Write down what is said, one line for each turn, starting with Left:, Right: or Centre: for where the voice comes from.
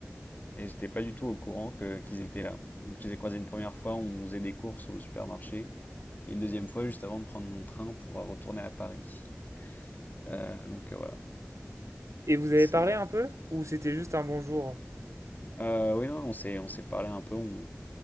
Left: et j'étais pas du tout au courant que qu'ils étaient là. Donc je les ai croisés une première fois, on faisait des courses au supermarché, et une deuxième fois juste avant de prendre mon train pour euh, retourner à Paris. Euh, donc euh, voilà,
Right: Et vous avez
Left: c'est
Right: parlé
Left: euh,
Right: un peu? Ou c'était juste un bonjour?
Left: euh, oui non, on s'est on s'est parlé un peu, on,